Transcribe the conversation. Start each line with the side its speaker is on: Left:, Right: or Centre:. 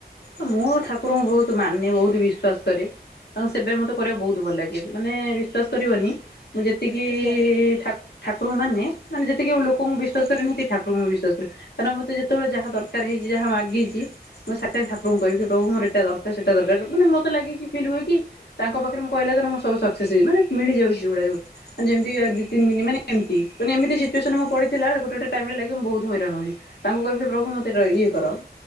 Left: ତ ମୁଁ ଠାକୁରଙ୍କୁ ବହୁତ ମାନେ ବହୁତ ବିଶ୍ଵାସ କରେ। ତାଙ୍କ ସେବା ମତେ କରିବାକୁ ବହୁତ ଭଲ ଲାଗେ ମାନେ ବିଶ୍ୱାସ କରିବନି। ମୁଁ ଯେତିକି
Right: ଆଜ୍ଞା
Left: ଠାକ ଠାକୁରଙ୍କୁ ମାନେ। ମାନେ ଯେତିକି ଲୋକଙ୍କୁ ବିଶ୍ୱାସ
Right: ଆଜ୍ଞା
Left: କରିବିନି
Right: ଆଜ୍ଞା।
Left: ମୁଁ ସେତିକି ଠାକୁରଙ୍କୁ ମୁଁ ବିଶ୍ୱାସ କରେ। କାରଣ ମତେ ଯେତେବେଳେ ଯାହା ଦରକାର ହେଇଛି ଯାହା ମାଗିଛି ମୋତେ ସାତେ ବେଳେ ଠାକ ଠାକୁରଙ୍କୁ କହିବି କି ପ୍ରଭୁ ମୋ ଏଟା ଦରକାର ସେଟା ଦରକାର ମାନେ ମତେ ଲାଗେ କି ଫିଲ୍ ହୁଏ କି ତାଙ୍କ ପାଖରେ ମୁଁ କହିଲା ଦିନୁ ମୁ ସବୁ ସକ୍ସେସ୍ ହେଇ ମାନ ମିଳିଯାଉଛି ଯୋଉଗୁଡା ‌ସବୁ। ଯେମିତି ଇଏ ଦି ତିନି ଦିନ ମାନେ ଏମତି ମାନେ ଏମତି ସିଚୁଏସନ ମୁଁ ପଡିଥିଲା ଗୋଟେ ଟାଇମରେ ଲାଗିବ ମୁଁ ବହୁତ ହଇରାଣ ହୁଉଛି। ତାଙ୍କୁ କହିବି ସେ ପ୍ରଭୁ ମତେ ଏଇଟା ଇଏ କର